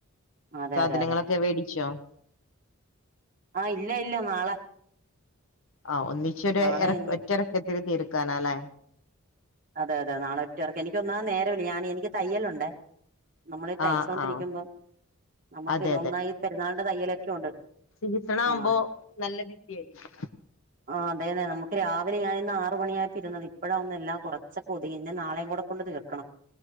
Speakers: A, on the right (about 40°); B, on the left (about 65°).
A: അതെ
B: സാധനങ്ങളൊക്കെ
A: അതെ അതെ
B: വേടിച്ചോ?
A: ആഹ് ഇല്ല ഇല്ല നാള
B: ആഹ് ഒന്നിച്ചൊരു
A: നാളെ
B: എറ
A: ഇനി
B: ഒറ്റെറക്കത്തില് തീർക്കാനാലേ.
A: അതെ അതെ നാളെ ഒറ്റ എറക്കം എനിക്ക് ഒന്നാ നേരമില്ല ഞാന് എനിക്ക് തയ്യലുണ്ട്. നമ്മളീ തയ്ച്ചോണ്ടിരിക്കുമ്പോ
B: ആഹ് ആഹ്
A: നമുക്ക്
B: അതെ
A: നൊ ഒന്നായി പെരുന്നാൾന്റെ തയ്യലൊക്കെ ഉണ്ട്.
B: സീസണാവുമ്പോ
A: ആ
B: നല്ല ബിസിയാരിക്കും.
A: ആഹ് അതെന്നെ നമുക്ക് രാവിലെ ഞാനിന്നാറ് മണി ആയപ്പിരുന്നത് ഇപ്പഴാ ഒന്നെ ല്ലാം കുറ ച്ചക്കൊതിങ്ങി ഇന്നു നാളെയും കൂടെ കൊണ്ട് തീർക്കണം.